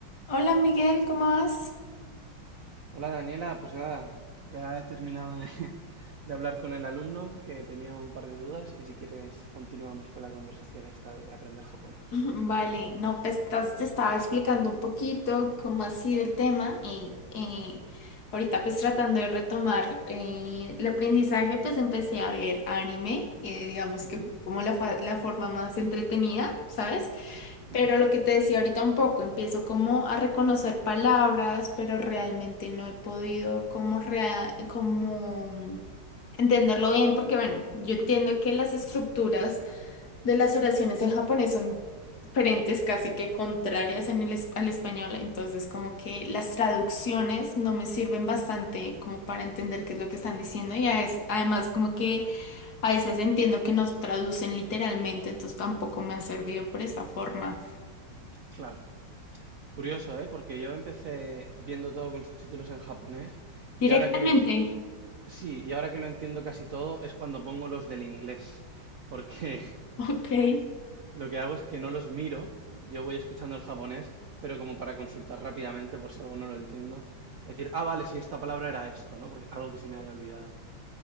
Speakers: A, on the left (about 55°); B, on the right (about 60°).
A: Hola Miguel, ¿cómo vas?
B: Hola Daniela, pues nada, ya he terminado de, <laughs> de hablar con el alumno que tenía un par de dudas y si quieres continuamos con la conversación esta de aprender japonés.
A: <laughs> Vale, no, pues estás- te estaba explicando un poquito cómo ha sido el tema y eh, ahorita pues tratando de retomar eh, el aprendizaje, pues empecé a ver anime, eh, digamos
B: Ujú,
A: que fue como la, fa- la forma más entretenida, ¿sabes?
B: ujú,
A: Pero lo que te decía ahorita un poco, empiezo como a reconocer palabras, pero realmente no he podido como, rea- como entenderlo bien, porque bueno, yo entiendo que las estructuras de las oraciones en japonés son diferentes, casi que contrarias en el, es- al español, entonces como que las traducciones no me sirven bastante como para entender qué es lo que están diciendo y a es- además como que a veces entiendo que nos traducen literalmente, entonces tampoco me han servido por esa forma.
B: Claro. Curioso, ¿eh? Porque yo empecé viendo todo con subtítulos en japonés y
A: Directamente.
B: ahora que lo enti- sí, y ahora que lo entiendo casi todo es cuando pongo los del inglés, porque
A: <laughs> Ok.
B: Lo que hago es que no los miro, yo voy escuchando el japonés, pero como para consultar rápidamente por si algo no lo entiendo. Es decir, ah, vale, si esta palabra era esto, ¿no? Porque algo que se me haya olvidado.